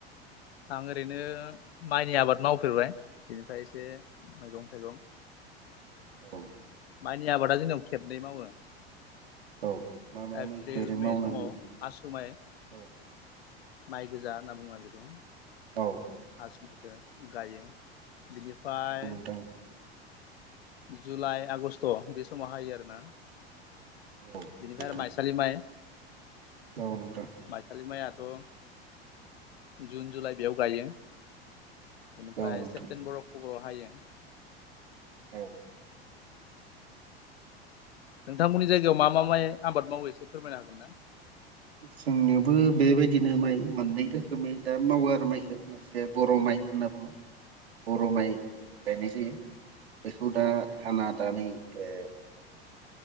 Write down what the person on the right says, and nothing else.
औ
औ मा मा
माइखौ ओरै मावना
<unintelligible>
औ
औ नोंथां
औ
नोंथां
औ नोंथां
औ नोंथां
औ
जोंनोबो बेबायदिनो माइ मोननै रोखोमै दा मावो आरो। माइखौ मोनसे बर' माइ माइ होनना बुङो। बर' माइ
गायनाय जायो। बेखौ दा हाना दानै ओ